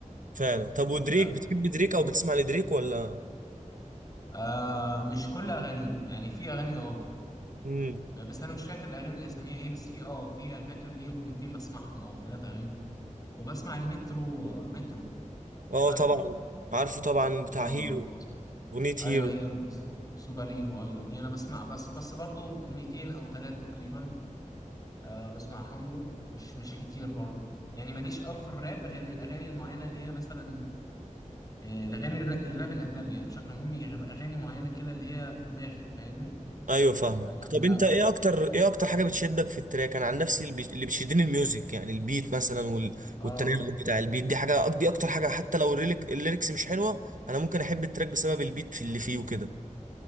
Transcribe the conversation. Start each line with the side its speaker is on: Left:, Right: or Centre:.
Right: فعلا طب ودريك
Left: أم.
Right: بتحب دريك او بتسمع لدريك ولا
Left: آه مش كل اغانيه يعني في اغاني اه
Right: امم
Left: بس انا مش فاكر الاغاني اساميها ايه بس في اه في انا فاكر ليه اغنيتين بسمعهم او ثلاث اغاني وبسمع لمترو آه، مترو
Right: اه
Left: عارفه
Right: طبعا عارفه طبعا بتاع
Left: اه
Right: هيرو
Left: بالظبط
Right: اغنية
Left: ايوه
Right: هيرو
Left: هيرو بس سوبر هيرو ايوه دي انا بسمع بس بس برضو اغنيتين او ثلاث تقريبا آه بسمعهم له مش مش كتير برضو يعني ماليش قوي في الراب غير الاغاني المعينه اللي هي مثلا آه، الاغاني الر- الراب الاجنبي يعني بشكل عمومي غير اغاني معينه كده اللي هي في دماغي فاهمني
Right: ايوه فاهمك
Left: ادم
Right: طب
Left: لا
Right: انت ايه اكتر ايه اكتر حاجه بتشدك في التراك انا عن نفسي البي- اللي بيشدني الميوزك يعني البيت مثلا وال...
Left: اه
Right: والتناغم بتاع البيت دي حاجه دي اكتر حاجه حتى لو الريلك... الليركس مش حلوه انا ممكن احب التراك بسبب البيت في اللي فيه وكده